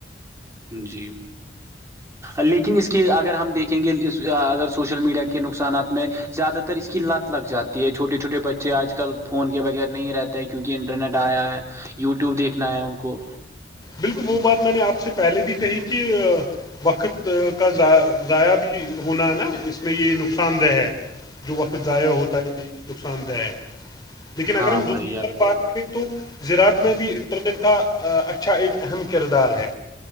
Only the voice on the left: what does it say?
بالکل وہ بات میں نے آپ سے پہلے بھی کہی کہ وقت کا ضائع بھی ہونا ہے نا اس میں یہ نقصان دہ ہے جو وقت ضائع ہوتا ہے یہ نقصان دہ لیکن اگر
ہم
دوسری
طرف بات کریں تو زراعت میں بھی انٹرنیٹ کا اچھا اچھا ایک اہم کردار ہے